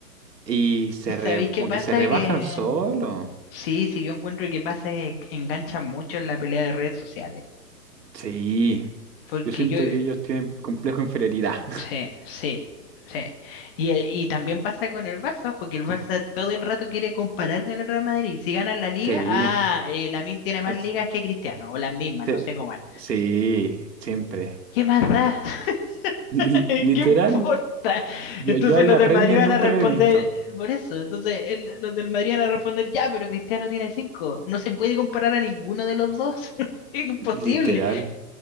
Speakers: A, on the right; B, on the left.
A: Y se
B: es que
A: re-
B: ¿Sabéis qué
A: como
B: pasa?
A: que se rebajan
B: Que
A: solo.
B: sí, sí, yo encuentro que pasa que enganchan mucho en la pelea de redes sociales.
A: Sí.
B: Porque
A: Yo siento
B: yo,
A: que ellos tienen complejo de inferioridad. <laughs>
B: sí, sí, sí. Y, eh, y también pasa con el Barça, ojo, que el Barça todo el rato quiere compararse con el Real Madrid. Si ganan la liga,
A: Sí.
B: ah, eh, Lamine tiene más
A: es-
B: ligas que Cristiano, o las mismas,
A: te-
B: no sé cómo es.
A: sí, siempre.
B: ¿Qué más da?
A: Li-
B: <laughs>
A: li- literal.
B: ¿Qué importa? Entonces
A: Yo, yo a la
B: los del
A: Premier
B: Madrid van
A: nunca
B: a responder
A: lo he visto.
B: eh, por eso. Entonces el- los del Madrid van a responder, ya, pero Cristiano tiene cinco. No se puede comparar a ninguno de los dos. <laughs> Es imposible.
A: Literal.